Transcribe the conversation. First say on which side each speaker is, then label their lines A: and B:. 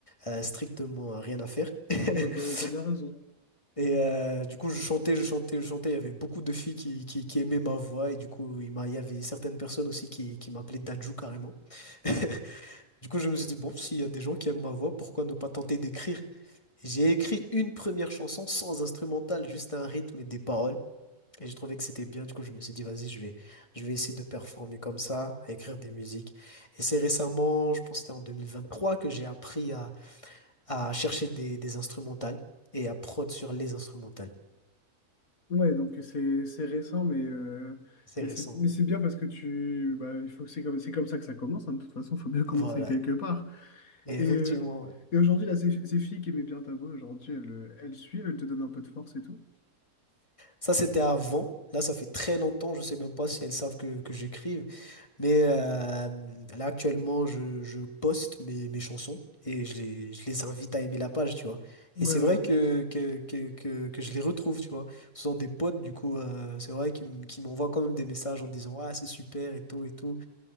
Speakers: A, on the left; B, on the left.
A: euh, strictement rien à faire.
B: Oh bah
A: <laughs>
B: t'as, t'as bien raison. <laughs>
A: Et euh, du coup, je chantais, je chantais, je chantais. Il y avait beaucoup de filles qui, qui, qui aimaient ma voix. Et du coup, il m'a, il y avait certaines personnes aussi qui, qui m'appelaient Dadju carrément. <laughs> Du coup, je me suis dit, bon, s'il y a des gens qui aiment ma voix, pourquoi ne pas tenter d'écrire? Et J'ai écrit une première chanson sans instrumental, juste un rythme et des paroles. Et j'ai trouvé que c'était bien. Du coup, je me suis dit, vas-y, je vais, je vais essayer de performer comme ça, à écrire des musiques. Et c'est récemment, je pense que c'était en 2023, que j'ai appris à, à chercher des, des instrumentales et à prod sur les instrumentales.
B: Ouais, donc c'est c'est récent, mais, euh,
A: C'est
B: mais
A: récent.
B: c'est mais c'est bien parce que tu bah, il faut c'est comme c'est comme ça que ça commence, hein, de toute façon, il faut bien <laughs> commencer
A: Voilà,
B: quelque part.
A: et
B: Et,
A: effectivement.
B: euh,
A: ouais.
B: et aujourd'hui, là, ces, ces filles qui aimaient bien ta voix, aujourd'hui, elles, euh, elles suivent, elles te donnent un peu de force et tout.
A: Ça, c'était avant. Là, ça fait très longtemps. Je sais même pas si elles savent que, que j'écrive. Mais euh, là, actuellement, je, je poste mes, mes chansons et je les, je les invite à aimer la page, tu vois.
B: Ouais,
A: Et
B: ouais,
A: c'est vrai
B: ouais.
A: que, que, que, que, que je les retrouve, tu vois. Ce sont des potes, du coup, euh, c'est vrai qu'ils m- qu'ils m'envoient quand même des messages en disant, Ah, c'est super et tout et tout.